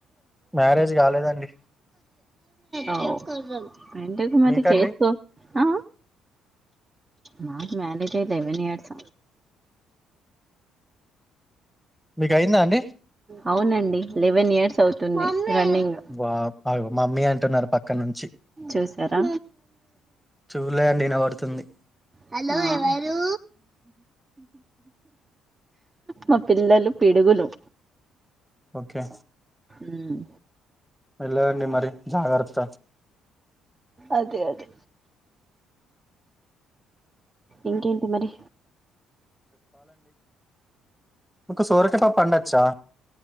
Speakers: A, in the centre; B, on the right (about 25°).
A: మ్యారేజ్ కాలేదండి
B: ఆ ఎందుకు మరి
A: మీకండి
B: మరి చేసుకో ఆ మాకు మ్యారేజ్ అయి లెవెన్ ఇయర్స్
A: మీకు అయిందా అండి
B: అవునండి లెవెన్ ఇయర్స్ అవుతుంది. రన్నింగ్
A: వా ఆగో మమ్మీ అంటున్నారు పక్క నుంచి
B: చూసారా
A: చూలే అండి వినబడుతుంది
B: హలో ఎవరు మా పిల్లలు పిడుగులు
A: ఓకే
B: ఉమ్
A: మెల్లగా అండి మరి జాగ్రత్త
B: అదే అదే ఇంకా ఏంటీ మరి
A: మికు సోరకయా పప్పు వండొచ్చా